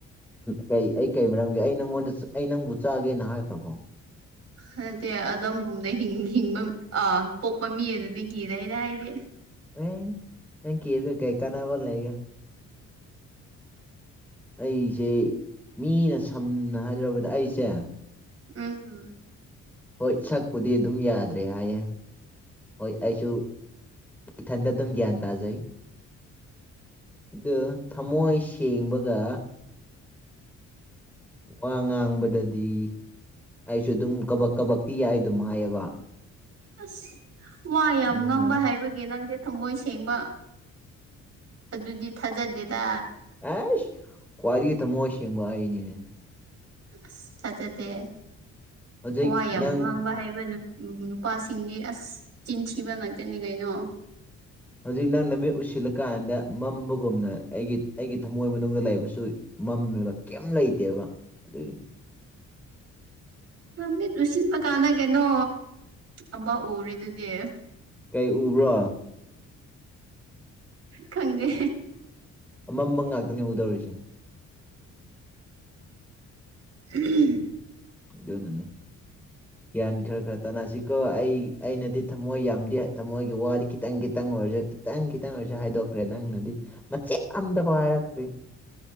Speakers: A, in the centre; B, on the right.
A: ꯀ ꯑꯩ ꯀꯩ ꯃꯔꯝꯒꯤꯦ ꯑꯩ ꯅꯪꯉꯣꯟꯗ ꯑꯩ ꯅꯪꯕꯨ ꯆꯥꯒꯦꯅ ꯍꯥꯏꯈ꯭ꯔꯕꯣ
B: ꯅꯠꯇꯦ ꯑꯗꯣꯝꯒꯨꯝꯅ ꯍꯤꯡꯕ ꯑꯥ ꯄꯣꯛꯄ ꯃꯤ ꯑꯗꯨꯗꯤ ꯀꯤꯗꯩꯗ ꯍꯥꯏꯗꯤ
A: ꯑꯦ ꯀ ꯀꯔ ꯀ ꯀꯩꯀꯥꯅꯥꯕ ꯂꯩꯒꯦ ꯑꯩꯁꯦ ꯃꯤꯅ ꯁꯝꯅ ꯍꯥꯏꯖꯔꯕꯗ ꯑꯩꯁꯦ
B: ꯎꯝ
A: ꯍꯣꯏ ꯁꯛꯄꯨꯗꯤ ꯑꯗꯨꯝ ꯌꯥꯗ꯭ꯔꯦ ꯍꯥꯏꯌꯦ ꯍꯣꯏ ꯑꯩꯁꯨ ꯏꯊꯟꯗ ꯑꯗꯨꯝ ꯒ꯭ꯌꯥꯟ ꯇꯥꯖꯩ ꯑꯗꯨ ꯊꯃꯣꯏ ꯁꯦꯡꯕꯒ ꯋꯥ ꯉꯥꯡꯕꯗꯗꯤ ꯑꯩꯁꯨ ꯑꯗꯨꯝ ꯀꯕꯛ ꯀꯕꯛꯇꯤ ꯌꯥꯏ ꯑꯗꯨꯝ ꯍꯥꯏꯌꯦꯕ
B: ꯑꯁ ꯋꯥ ꯌꯥꯝ
A: ꯑꯗꯨꯅ
B: ꯉꯥꯡꯕ ꯍꯥꯏꯕꯒꯤ ꯅꯪꯁꯦ ꯊꯝꯃꯣꯏ ꯁꯦꯡꯕ ꯑꯗꯨꯗꯤ ꯊꯥꯖꯗꯦꯗ
A: ꯑꯦꯁ ꯀ꯭ꯋꯥꯔꯒꯤ ꯇ ꯃꯣꯁ ꯌꯦꯕꯅꯤꯅꯦ
B: ꯑꯁ ꯊꯥꯖꯗꯦ
A: ꯍꯧꯖꯤꯛ
B: ꯋꯥ
A: ꯅꯪ
B: ꯌꯥꯝ ꯉꯥꯡꯕ ꯍꯥꯏꯕ ꯅꯨ ꯎꯝ ꯅꯨꯄꯥꯁꯤꯡꯗꯤ ꯑꯁ ꯆꯤꯟꯊꯤꯕ ꯉꯇꯅꯤ ꯀꯩꯅꯣ
A: ꯍꯧꯖꯤꯛ ꯅꯪꯅ ꯃꯤꯠ ꯎꯁꯤꯜꯂꯀꯥꯟꯗ ꯃꯝꯕꯒꯨꯝꯅ ꯑꯩꯒꯤ ꯑꯩꯒꯤ ꯊꯝꯃꯣꯏ ꯃꯅꯨꯡꯗ ꯂꯩꯕꯁꯨ ꯝꯃꯦꯕ ꯀꯩꯝ ꯂꯩꯇꯦꯕ ꯑꯗꯨꯒꯤꯅꯤ
B: ꯂꯝꯃꯤꯠ ꯂꯨꯁꯤꯟꯕ ꯀꯥꯟꯗ ꯀꯩꯅꯣ ꯑꯕ ꯎꯔꯤꯦꯗꯨꯗꯤ
A: ꯑꯩ ꯎꯕ꯭ꯔꯣ
B: ꯈꯪꯒꯦ
A: ꯑꯃꯝꯕꯝ ꯉꯥꯛꯇꯅꯤ ꯎꯗꯧꯔꯤꯁꯦ
B: ꯎꯝ
A: ꯗꯅꯅꯦ ꯭ꯟ ꯈꯔ ꯈꯔ ꯇꯅꯥꯁꯤꯀꯣ ꯑꯩ ꯑꯩꯅꯗꯤ ꯊꯝꯃꯣꯏ ꯌꯥꯝꯗꯦ ꯊꯝꯃꯣꯏꯒꯤ ꯋꯥꯗꯤ ꯈꯤꯇꯪ ꯈꯤꯇꯪ ꯑꯣꯏꯔꯁꯨ ꯈꯤꯇꯪ ꯈꯤꯇꯪ ꯑꯣꯏꯔ ꯍꯥꯏꯗꯣꯛꯈ꯭ꯔꯦ ꯅꯪꯅꯗꯤ ꯃꯆꯦꯠ ꯑꯝꯗꯐꯥꯎ ꯍꯥꯏꯔꯛꯇ꯭ꯔꯤ